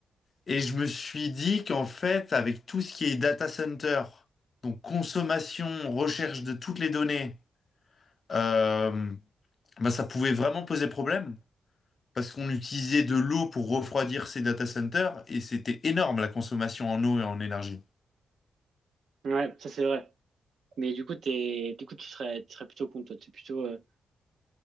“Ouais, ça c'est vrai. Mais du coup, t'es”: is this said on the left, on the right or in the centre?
Right